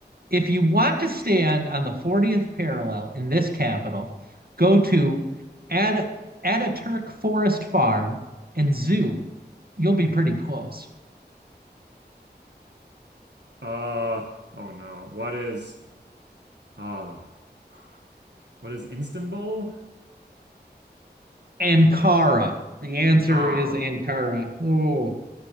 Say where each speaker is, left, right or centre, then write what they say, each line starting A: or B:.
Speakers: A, on the right; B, on the right.
A: If you want to stand on the 40th parallel in this capital, go to Ad Ataturk Forest Farm and Zoo. You'll be pretty close.
B: Uh, oh no. What is uh <laughs> what is Istanbul?
A: Ankara. The answer
B: Ah.
A: is Ankara. Oh,